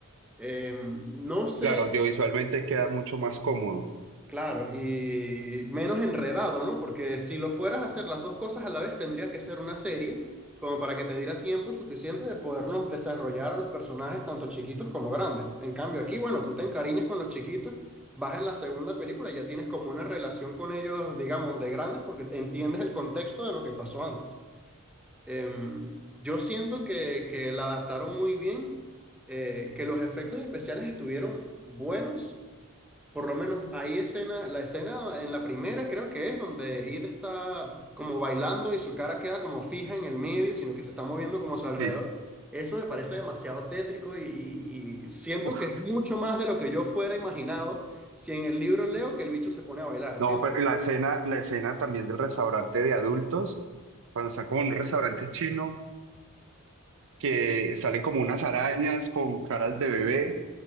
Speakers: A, in the centre; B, on the right (about 65°).
A: Eh, no sé
B: Claro, audiovisualmente queda mucho más cómodo.
A: Claro, y menos enredado, ¿no? Porque si lo fueras a hacer las dos cosas a la vez, tendría que ser una serie, como para que te diera tiempo suficiente de podernos desarrollar a los personajes, tanto chiquitos como grandes. En cambio, aquí, bueno, tú te encariñas con los chiquitos, vas en la segunda película y ya tienes como una relación con ellos, digamos, de grandes, porque entiendes el contexto de lo que pasó antes. Em, yo siento que, que la adaptaron muy bien, eh, que los efectos especiales estuvieron buenos por lo menos hay escena, la escena en la primera creo que es donde Id está como bailando y su cara queda como fija en el medio, sino que se está moviendo como a su alrededor.
B: Sí.
A: Eso me parece demasiado tétrico y, y siento
B: Uf,
A: que es mucho más de lo que yo fuera imaginado si en el libro leo que el bicho se pone a bailar, ¿entiendes?
B: no, pero la escena, la escena también del restaurante de adultos, cuando están como en un restaurante chino que salen como unas arañas con caras de bebé.